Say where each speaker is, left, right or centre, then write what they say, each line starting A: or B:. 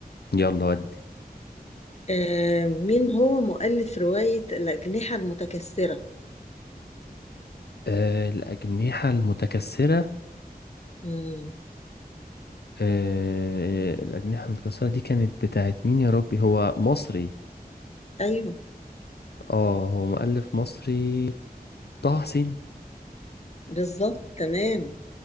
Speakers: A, on the left; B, on the left.
A: يلا ودي
B: آه مين هو مؤلف رواية الأجنحة المتكسرة
A: آه الأجنحة المتكسرة
B: مم.
A: آه الأجنحة المتكسرة دي كانت بتاعت مين يا ربي هو مصري
B: ايوه
A: اه هو مؤلف مصري طه حسين
B: بالظبط تمام